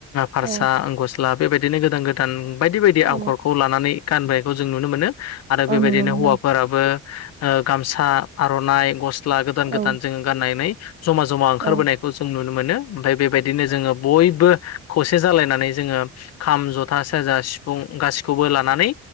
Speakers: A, on the left; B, on the right.
A: फारसा
B: औ
A: गस्ला बेबायदिनो गोदान गोदान बायदि बायदि
B: औ
A: आग'रखौ लानानै गानबोनायखौ जों नुनो मोनो आरो
B: औ
A: बेबायदिनो
B: नुनो मोनदों
A: हौवाफोराबो गामसा आर'नाइ गस्ला गोदान
B: औ
A: गोदान जोंङो गाननानै जमा जमा ओंखारबोनायखौ
B: औ
A: खौ जों नुनो मोनो ओमफ्राय बेबायदिनो जोंङो बयबो खौसे जालायनानै जोंङो खाम जथा सेरजा सिफुं गाैसिखौबो लानानै